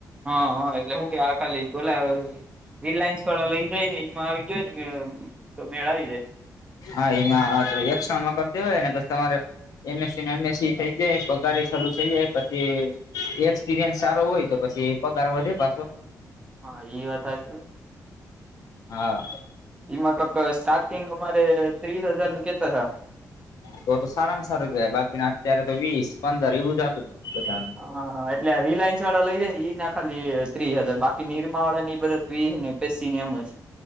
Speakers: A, on the right (about 15°); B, on the left (about 65°).
A: હા હા એટલે હું કે આ ખાલી બોલા હારુ. રિલાયન્સ વાળા લઈ જાય ને એમાં આવી જઈ ને મે તો મેળ આવી જાય.
B: હા એમાં હા એકસ્ટ્રામાં કરી દેવાય ને બ તમારે એમસીને એમસસી થઈ જાય પગારી ચાલુ થઈ જાય. પછી એક્સપીરિયન્સ સારો હોય તો પછી પગાર વધે પાછો.
A: હા એ વાત સાચી.
B: હા
A: એમાં કક સ્ટાર્ટિંગ અમારે ત્રીસ હજાર નું કેતા થા.
B: તો તો સારામાં સારું ગ બાકીના અત્યારે તો વીસ પંદર એવું જતું બા.
A: હાા એટલે રિલાયન્સ વાળા લઈ જાય ને ઈ ના ખાલી ત્રીસ હજાર બાકી નિરમા વાળા ને બધા વીહ ને. પિંગ એમ જ.